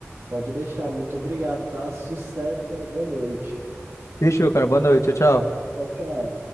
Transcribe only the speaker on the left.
Fechou, cara. Boa noite. Tchau, tchau.